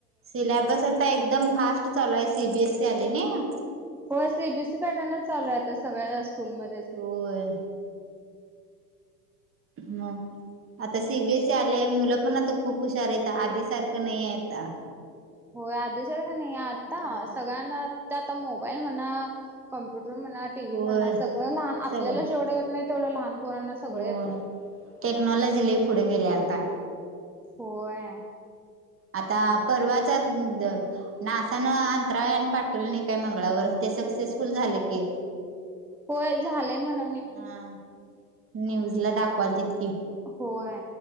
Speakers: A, on the right (about 25°); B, in the centre.
A: सिलेबस आता एकदम फास्ट चालू आहे सी बी एस सी आली नय.
B: हो सी बी एस सी पॅटर्नच चालू हाय सगळ्या स्कूलमध्येच
A: होय. म आता सी बी एस सी आलेय मुलं पण आता खूप हुशार आहेता आधी सारखं नय ये आता.
B: होय आधी सारखा का नाही आत्ता
A: होय.
B: सगळ्यांना त आता मोबाईल म्हणा कम्प्युटर म्हणा टीव्ही
A: होय
B: म्हणा सगळं लहान आपल्याला
A: सगळे
B: जेवढे येत नाहीत तेवढ लहान पोरांना सगळं
A: होय
B: येते
A: टेक्नॉलॉजी लई पुढे गेलीय आता.
B: होय.
A: आता परवाचा द नासान अंतराळ यान पाठवलं नाय काय मंगळावर ते सक्सेसफुल झालं की.
B: होय झालंय म्हण
A: हा न्यूज ला दाखवाल तित की
B: होय.